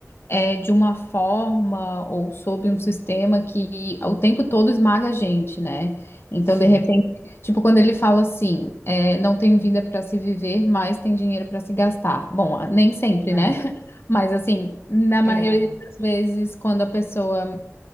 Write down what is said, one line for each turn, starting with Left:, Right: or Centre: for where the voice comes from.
Left: é, de uma forma ou sob um sistema que o tempo todo esmaga a gente, né? Então,
Right: sim,
Left: de repente, tipo, quando ele fala assim, é, não tem vida para se viver, mas tem dinheiro para se gastar. Bom, nem sempre,
Right: é,
Left: né? <laughs> Mas assim, na maioria
Right: é,
Left: das vezes, quando a pessoa